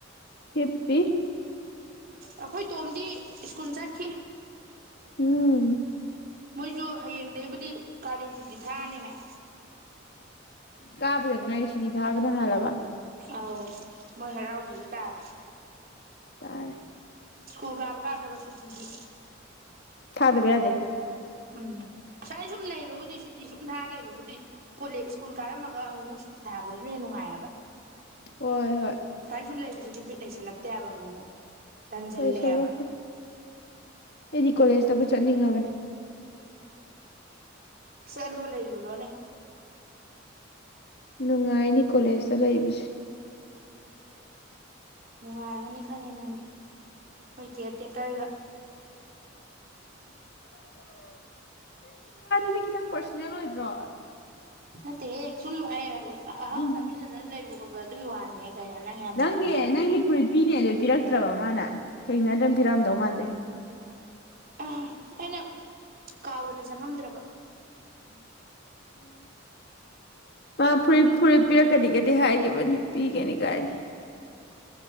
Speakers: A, on the left; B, on the right.
A: ꯍꯦꯞꯄꯤ
B: ꯑꯩꯈꯣꯏ ꯇꯣꯝꯗꯤ ꯁꯀꯨꯜ ꯆꯠꯈꯤ
A: ꯎꯝ
B: ꯃꯣꯏꯁꯨ ꯍꯌꯦꯡꯗꯩꯕꯨꯗꯤ ꯀꯥꯂꯦꯟ ꯁꯨꯗꯤ ꯊꯥꯔꯅꯤ ꯍꯥꯏ
A: ꯀꯥꯕꯗ ꯉꯥꯏꯔꯤ ꯁꯨꯇꯤ ꯊꯥꯕꯅ ꯍꯥꯜꯂꯕ
B: ꯑꯥꯎ ꯃꯣꯏ ꯍꯔꯥꯎꯖꯔꯤ ꯇꯥꯔꯦ
A: ꯇꯔꯦ
B: ꯁ꯭ꯀꯨꯜ ꯀꯥꯕ ꯀꯥꯗꯕ ꯁꯨꯇꯤꯗꯤ
A: ꯊꯥꯗꯕ ꯌꯥꯗꯦ
B: ꯎꯝ ꯁꯥꯏ ꯁꯨꯝ ꯂꯩꯕꯕꯨꯗꯤ ꯁꯨꯇꯤ ꯁꯨꯝ ꯊꯥꯔ ꯂꯩꯕꯕꯨꯗꯤ ꯀꯣꯜꯂꯦ ꯁ꯭ꯀꯨꯜ ꯀꯥꯔꯝꯃꯒ ꯑꯃꯨꯛ ꯑꯃꯨꯛ ꯁꯨꯇꯤ ꯊꯥꯔꯛꯄꯗꯨꯅ ꯍꯦꯟ ꯅꯨꯡꯉꯥꯏꯌꯦꯕ
A: ꯍꯣꯏ ꯍꯣꯏ
B: ꯁꯥꯏꯅ ꯁꯨꯝ ꯂꯩꯕꯁꯤꯗꯤ ꯕꯤꯠ ꯂꯩꯁꯜꯂꯛꯇꯦꯕ ꯑꯃꯨꯛꯃꯨꯛ ꯇꯟꯁꯤꯜꯂꯛꯑꯦꯕ
A: ꯂꯣꯏꯁꯜꯂꯛꯀꯦ ꯑꯩꯗꯤ ꯀꯣꯂꯦꯖꯇꯕꯨ ꯆꯠꯅꯤꯡꯉꯕꯅꯤ
B: ꯆꯠꯂꯣ ꯂꯩꯔꯨꯔꯣꯅꯦ
A: ꯅꯨꯡꯉꯥꯏꯅꯤ ꯀꯣꯂꯦꯖꯇ ꯂꯩꯕꯁꯦ
B: ꯅꯨꯡꯉꯥꯏꯔꯒꯅꯤ ꯈꯪꯉꯦ ꯅꯪꯗꯤ ꯑꯩꯈꯣꯏ ꯀꯦꯌꯔ ꯇꯦꯛꯀꯔꯒ
A: ꯗꯤ ꯈꯤꯇꯪ ꯄꯔꯁꯅꯦꯜ ꯑꯣꯏꯗ꯭ꯔꯣ
B: ꯃꯠꯇꯦꯍꯦ ꯁꯨꯝꯃꯅ
A: ꯎꯝ
B: ꯑꯍꯥꯎ ꯆꯥꯃꯤꯟꯅꯗꯅ ꯂꯩꯕ ꯈꯣꯠꯄ ꯑꯗꯨꯒꯤ ꯋꯥꯅꯤꯍ ꯀꯩꯅ ꯅꯪ ꯌꯥꯝ
A: ꯅꯪꯒꯤ
B: ꯅꯥꯥꯟꯗ ꯍꯧꯕ
A: ꯅꯪꯒꯤ
B: ꯃꯥꯜꯦ
A: ꯐꯨꯔꯤꯠ ꯄꯤꯅꯦꯗꯣ ꯄꯤꯔꯛꯇ꯭ꯔꯕ ꯃꯥꯅ ꯊꯦꯡꯅꯗ꯭ꯔꯅ ꯄꯤꯔꯛꯑꯝꯗꯧ ꯃꯥꯟꯗꯦ
B: ꯑ ꯑꯩꯅ ꯀꯥꯎꯗꯅ ꯆꯪꯉꯝꯗ꯭ꯔꯕ
A: ꯑ ꯐꯨ ꯐꯨꯔꯤꯠ ꯄꯤꯔꯛꯀꯅꯤꯒꯗꯤ ꯍꯥꯏꯈꯤꯕꯅꯤ ꯄꯤꯒꯅꯤ ꯀꯥꯏꯅ